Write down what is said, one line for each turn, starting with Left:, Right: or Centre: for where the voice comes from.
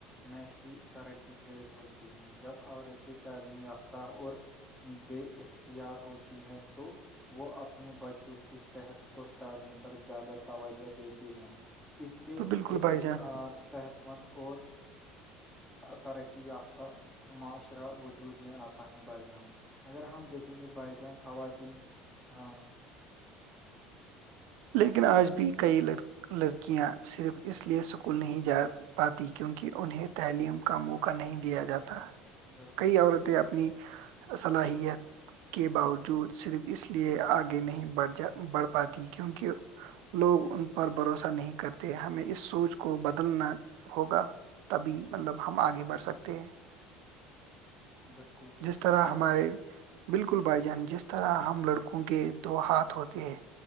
Centre: معیشی ترقی تیز ہوتی ہیں جب عورتیں تعلیم یافتہ اور بے اختیار ہوتی ہیں تو وہ اپنی بچوں کی صحت اور تعلیم پر زیادہ توجہ دیتی ہیں اس سے
Right: تو بالکل
Centre: ایک
Right: بھائی جان
Centre: صحت مند اور ترقی یافتہ معاشرہ وجود میں آتا ہے بائی جان اگر ہم دیکھیں گے بھائی جان خواتین ہاں
Right: لیکن آج بھی کئی ل لڑکیاں صرف اس لیے سکول نہیں جا پاتی کیونکہ انہیں تعلیم کا موقع نہیں دیا جاتا
Centre: بالکل
Right: کئی
Centre: بھائی
Right: عورتیں
Centre: جان
Right: اپنی صلاحیت کے باوجود صرف اس لیے آگے نہیں بڑھ جا بڑھ پاتی کیونکہ لوگ ان پر بھروسہ نہیں کرتے ہمیں اس سوچ کو بدلنا ہوگا تبھی مطلب ہم آگے بڑھ سکتے ہیں
Centre: بالکل درست
Right: جس طرح
Centre: بات
Right: ہمارے
Centre: کہی آج
Right: بالکل بھائی جان جس طرح ہم لڑکوں کے دو ہاتھ ہوتے ہیں